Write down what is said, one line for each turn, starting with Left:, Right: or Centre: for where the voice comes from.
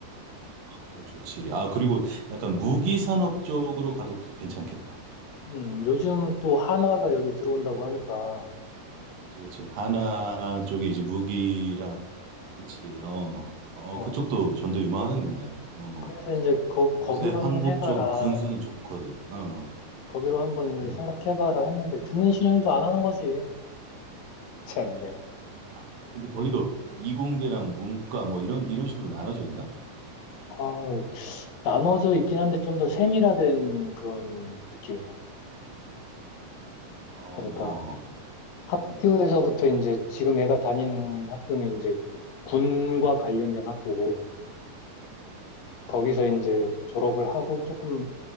Right: 아, 그럼 좋지. 아, 그리고 약간 무기 산업 쪽으로 가도 괜찮겠다.
Left: 음, 요즘 또 한화가 여기 들어온다고 하니까,
Right: 그렇지, 그렇지. 하나
Left: 어,
Right: 쪽에 이제 무기랑, 그렇지. 어, 어,
Left: 어.
Right: 그쪽도 전도 유망하겠네. 어.
Left: 그래서 이제 거, 거기로
Right: 요새 한국
Left: 한번 해봐라.
Right: 좀 군수는 좋거든. 어.
Left: 거기로 한번 일을
Right: 음.
Left: 생각해봐라 했는데, 듣는 신용도 안 하는 거지. 참네.
Right: 아, 근데 거기도 이공계랑 문과 뭐 이런 이런 식으로 나눠져 있나?
Left: 아, 나눠져 있긴 한데 좀 더 세밀화된 그런 느낌이야.
Right: 음. 어.
Left: 그러니까 학교에서부터
Right: 어.
Left: 이제 지금 애가 다니는 학교는 이제 군과
Right: 음,
Left: 관련된 학교고, 거기서 이제 졸업을 하고 조금